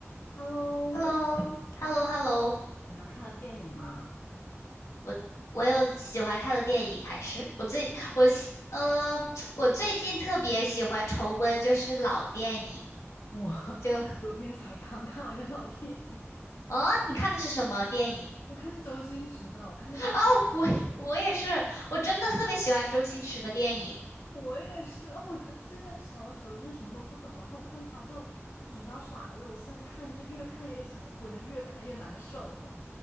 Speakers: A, on the left (about 55°); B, on the left (about 80°).
A: Hello，
B: h e l l o
A: 最近
B: h e l l o h e l l o
A: 喜欢看的电影吗？
B: 我我有喜欢看的电影，还是我最我喜呃，<tsk> 我最近特别喜欢重温就是老电影，
A: 我 <laughs>
B: 就
A: 昨天才刚看了一个老电影，
B: 哦，你看的是什么电影？
A: 我看周星驰的，我看那个《大话西游》。
B: 哦，我也我也是，我真的特别喜欢周星驰的电影。
A: 我也是哦，我觉得之前小的时候真是什么都不懂，然后我看他就就只知道傻乐，我现在看就越看越想哭，就越看越难受。